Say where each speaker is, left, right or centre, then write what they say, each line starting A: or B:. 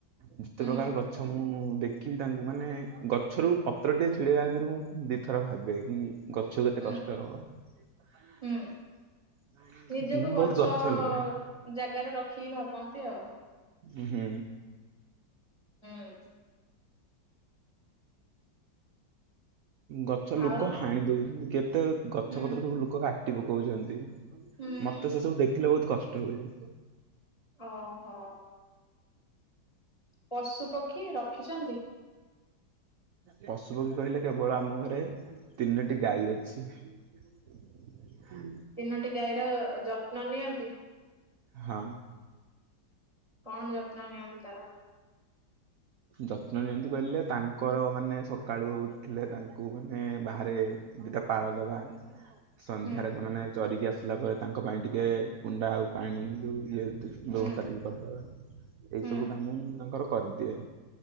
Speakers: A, on the right; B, on the left.
A: ଯେତେ
B: ହୁଁ
A: ପ୍ରକାର ଗଛ ମୁଁ ଦେଖିବି ତାଙ୍କୁ ମାନେ ଗଛରୁ ପତ୍ରଟିଏ ଛିଡ଼େଇବା ଆଗରୁ ମୁଁ ଦିଥର ଭାବେ କି ଗଛ କେତେ
B: ହୁଁ
A: କଷ୍ଟ ହବ। <inaudible>
B: ହୁଁ ନିଜକୁ
A: ମୁଁ
B: ଗଛ
A: ବହୁତ ଲଗାଏ
B: ଜାଗାରେ ରଖିକି ଭାବନ୍ତି ଆଉ।
A: ହୁଁ।
B: ହୁଁ।
A: ଗଛ ଲୋକ
B: ଆଉ
A: ହାଣି ଦଉଛନ୍ତି କେତେ ଗଛ
B: ହୁଁ
A: ପତ୍ର ସବୁ ଲୋକ କାଟି ପକଉଛନ୍ତି
B: ହୁଁ
A: ମତେ ସେ ସବୁ ଦେଖିଲେ ବହୁତ କଷ୍ଟ ହୁଏ।
B: ଓହୋ। ପଶୁ ପକ୍ଷୀ ରଖିଛନ୍ତି।
A: ପଶୁପକ୍ଷୀ କହିଲେ କେବଳ ଆମ ଘରେ ତିନୋଟି ଗାଈ ଅଛି। ହ।
B: ତିନୋଟି ଗାଈର ଯତ୍ନ ନିଅନ୍ତି।
A: ହଁ।
B: କଣ ଯତ୍ନ ନିଅନ୍ତି ତାର?
A: ଯତ୍ନ ନିଅନ୍ତି କହିଲେ ତାଙ୍କର ମାନେ ସକାଳୁ ଉଠିଲେ ତାଙ୍କୁ ମାନେ ବାହାରେ। ଦିଟା ପାଳ ଦବା। ସନ୍ଧ୍ୟାରେ
B: ହୁଁ
A: ସେମାନେ ଚରିକି ଆସିଲା ପରେ ତାଙ୍କ ପାଇଁ ଟିକେ କୁଣ୍ଡା ଆଉ ପାଣି ଯୋଉ ଇଏ। ବ୍ୟବସ୍ଥା
B: ହୁଁ
A: ଟିକେ କରିଦବା ଏଇ
B: ହୁଁ
A: ସବୁ କାମ ମୁଁ ତାଙ୍କର କରିଦିଏ।